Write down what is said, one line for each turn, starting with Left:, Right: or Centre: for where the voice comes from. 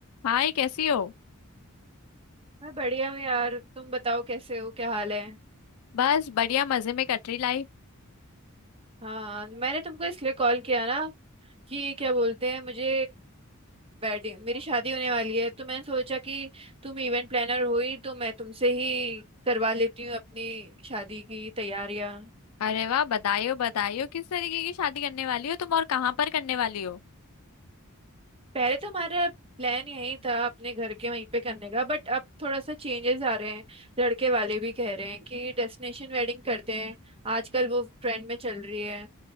Left: हाय कैसी हो
Right: मैं बढ़िया हूँ यार तुम बताओ कैसे हो क्या हाल है
Left: बस बढ़िया मजे में कट रही लाइफ
Right: हाँ मैंने तुमको इसलिए कॉल किया ना कि क्या बोलते हैं मुझे वेडिंग मेरी शादी होने वाली है तो मैंने सोचा कि तुम इवेंट प्लानर हुई तो मैं तुमसे ही करवा लेती हूँ अपनी शादी की तैयारियां
Left: अरे वाह बधाई हो बधाई हो किस तरीके की शादी करने वाली हो तुम और कहाँ पर करने वाली हो
Right: पहले तो हमारा प्लान यही था अपने घर के वहीं पे करने का बट अब थोड़ा सा चेंजेस आ रहे हैं लड़के वाले भी कह रहे हैं कि डेस्टिनेशन वेडिंग करते हैं आजकल वो ट्रेंड में चल रही है